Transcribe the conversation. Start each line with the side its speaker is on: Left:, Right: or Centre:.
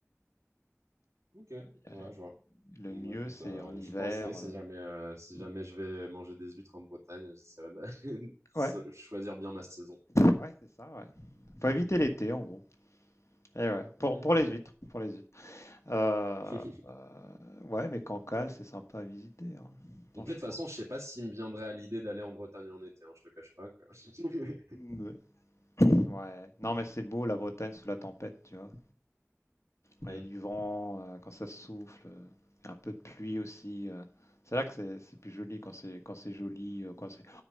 Right: Ok, ouais,
Left: Euh,
Right: je vois.
Left: le
Right: Bon,
Left: mieux,
Right: bah, écoute,
Left: c'est
Right: euh,
Left: en hiver.
Right: j'y penserai si
Left: euh.
Right: jamais, euh, si
Left: Mm.
Right: jamais je vais manger des huîtres en Bretagne, j'essaierai de, <laughs>
Left: Ouais,
Right: de so- choisir bien ma saison.
Left: ouais, c'est ça, ouais. Faut éviter l'été, en gros. Et ouais, pour,
Right: Ok,
Left: pour les
Right: ok.
Left: huîtres, pour les huîtres. Euh,
Right: <laughs>
Left: euh, ouais, mais Cancale, c'est sympa à visiter, hein, franchement.
Right: Après, de toute façon, je sais pas s'il me viendrait à l'idée d'aller en Bretagne en été, hein, je te cache pas. quoi. <laughs>
Left: Ouais. Ouais. Non, mais c'est beau la Bretagne sous la tempête, tu vois. Ouais,
Right: Hmm.
Left: Il y a du vent euh, quand ça souffle, euh, il y a un peu de pluie aussi. euh. C'est là que c'est c'est plus joli quand c'est quand c'est joli, euh, quand c'est